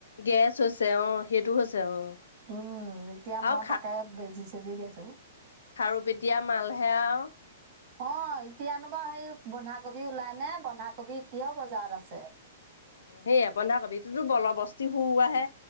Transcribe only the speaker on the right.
উম, এতিয়া
মই তাকে বেজি চেজি দি আছো।
অ', এতিয়ানো বা সেই বন্ধাকবি ওলাই নে বন্ধাকবি এতিয়াও বজাৰত আছে।